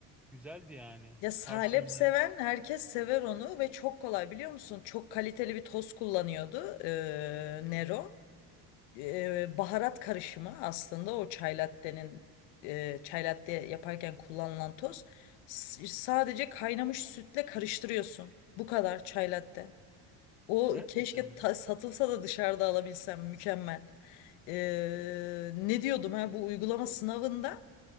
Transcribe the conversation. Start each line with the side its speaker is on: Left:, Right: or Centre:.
Centre: güzeldi yani.
Left: Ya salep
Centre: Tarçınlı.
Left: seven herkes sever onu ve çok kolay biliyor musun? Çok kaliteli bir toz kullanıyordu eee,
Centre: Hı
Left: Nero.
Centre: hı.
Left: Eee, baharat karışımı aslında o çay latte'nin eee çay latte yaparken kullanılan toz. S- sadece kaynamış sütle karıştırıyorsun. Bu kadar çay latte. O
Centre: Gerçekten
Left: keşke
Centre: mi?
Left: ta- satılsa da dışarıda alabilsem mükemmel. Eee, ne diyordum ha bu uygulama sınavında?